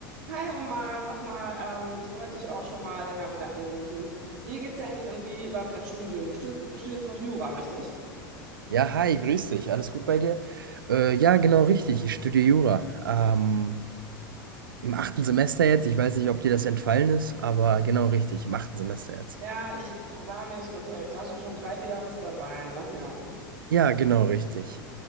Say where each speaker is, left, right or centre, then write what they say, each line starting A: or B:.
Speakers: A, on the right (about 65°); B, on the right (about 80°).
A: Hi Omar, sag mal, ähm, ich wollte dich auch schon mal länger wieder anrufen. Wie geht's dir eigentlich und wie läuft dein Studium? Du studierst, du studierst auch Jura, richtig?
B: Ja, hi, grüß dich. Alles gut bei dir? Äh, ja, genau richtig. Ich studiere Jura. Ähm, im achten Semester jetzt. Ich weiß nicht, ob dir das entfallen ist, aber genau richtig. Im achten Semester jetzt.
A: Ja, ich war mir nicht ganz sicher, aber ich dachte schon drei, vier Jahre bist dabei, ne? Ja.
B: Ja, genau richtig.